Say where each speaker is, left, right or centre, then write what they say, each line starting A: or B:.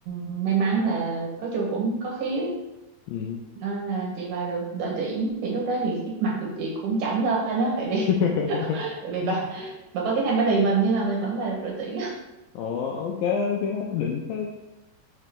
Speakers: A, on the right; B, on the left.
A: may mắn là có chung cũng có khiếu
B: Ừ.
A: nên là chị vào được đội tuyển thì lúc đó thì cái mặt của chị cũng chảnh lên á tại vì
B: <laughs>
A: <laughs> tại vì bà bà có tiếng Anh bà đì mình nhưng mà mình vẫn vào được đội tuyển
B: Ồ, ok, ok. Đỉnh phết.